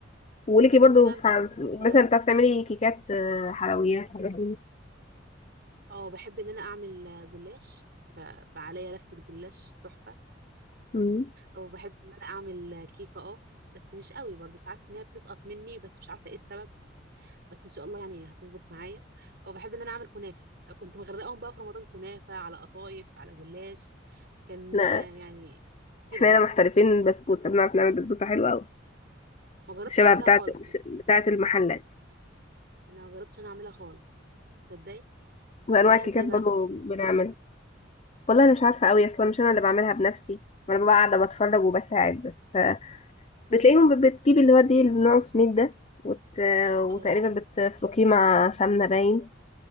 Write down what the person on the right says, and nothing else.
طيب
انت بقى
بتحبي اه
آه، بحب ان انا اعمل آه، جلاش ب- بقى عليا لفة جلاش تحفة
او بحب ان انا اعمل آه، كيكة اه بس مش قوي برضو ساعات ان هي بتسقط مني بس مش عارفة ايه السبب بس ان شاء الله يعني هتظبط معايا او بحب ان انا اعمل كنافة كنت مغرقاهم بقى في رمضان كنافة على قطايف على جلاش كان
آه، يعني كتير
قوي
ما جربتش
اعملها
خالص
ما جربتش انا اعملها خالص تصدقي
بتعملها
ازاي بقى
اه